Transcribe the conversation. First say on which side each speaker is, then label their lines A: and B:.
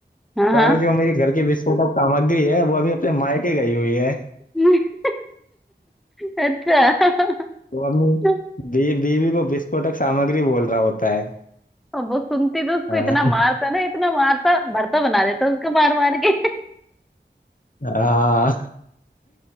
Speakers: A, in the centre; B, on the left.
A: हाँ हाँ
B: पर
A: हाँ
B: जो मेरी घर की विस्फोटक सामग्री है वो अभी अपने मायके गई हुई है
A: <laughs> अच्छा <laughs>
B: वो अपनी बी, बीवी को विस्फोटक सामग्री बोल रहा होता है
A: और वो सुनती तो उसको
B: हाँ
A: इतना मारता ना इतना मारता भरता बना देता उसको मार मार के
B: हाँ,